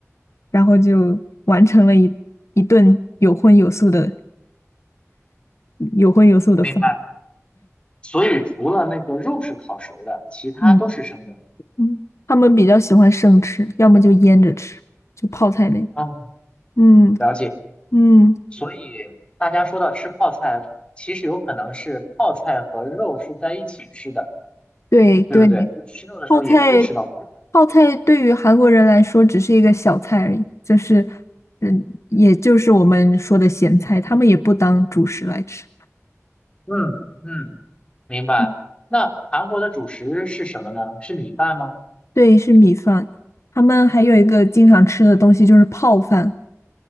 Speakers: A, on the left; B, on the left.
A: 然后就完成了一一顿有荤有素的有荤有素的饭。
B: 明白。所以除了那个肉是烤熟的，其他都是生的。
A: 嗯。嗯，他们比较喜欢生吃，要么就腌着吃，就泡菜类。
B: 嗯，
A: 嗯
B: 了解。
A: 嗯，
B: 所以大家说到吃泡菜，其实有可能是泡菜和肉是在一起吃的，
A: 对对，
B: 对不对？就吃肉的时候也会吃到泡菜。
A: 泡菜泡菜对于韩国人来说只是一个小菜而已，就是嗯，也就是我们说的咸菜，他们也不当主食来吃。
B: 嗯嗯，明白。
A: 嗯
B: 那韩国的主食是什么呢？是米饭吗？
A: 对，是米饭。他们还有一个经常吃的东西就是泡饭，